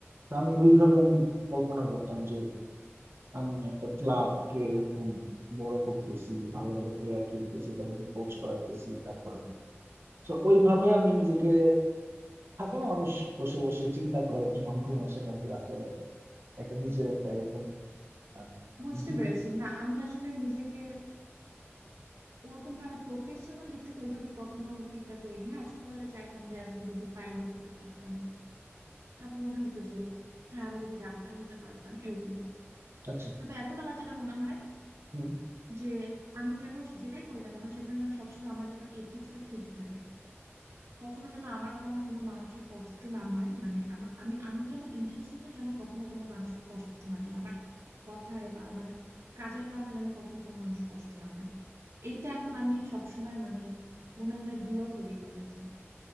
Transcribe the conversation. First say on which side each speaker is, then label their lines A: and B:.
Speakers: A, on the right; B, on the right.
A: তো আমি ওইভাবে আমি কল্পনা করতাম যে আমি একটা ক্লাবকে এরকম বড় করতেছি ভালো ভালো প্লেয়ার কিনতেছি তাদেরকে কোচ করাইতেছি তারপর আমি তো ওইভাবে আমি নিজেকে থাকে না মানুষ বসে বসে চিন্তা করে যখন ঘুম আসে না আর কি রাত্রে রাত্রে। একটা নিজের একটা এরকম আহ,
B: বুঝতে
A: দিক
B: পেরেছি না আমি আসলে নিজেকে ওরকম ভাবে প্রফেশনাল দিক থেকে ওইভাবে কখনো চিন্তা করিনি হ্যাঁ ছোটবেলায় চাইতাম যে আমি যদি পাইলট হতে পারতাম তারপর মনে হতো যে হ্যাঁ আমি যদি ডাক্তার হতে পারতাম এরকম
A: আচ্ছা
B: তবে এখন আমার যেটা মনে হয়
A: হুম,
B: যে আমি যেন যেটাই করি না কেন সেখানে যেন সবসময় আমার যেন এথিক্স ঠিক থাকে কখনো যেন আমার কারণে কোনো মানুষের কষ্ট না হয় মানে আমা- আমি আমি যেন ইন্টেনশনালি যেন কখনো কোনো মানুষকে কষ্ট না দিই আমার কথায় বা আমার কাজের কারণে যেন কখনো কোনো মানুষ কষ্ট না পায় এইটা এখন আমি সবসময় মানে মনে মনে দোয়া করি বলা যায়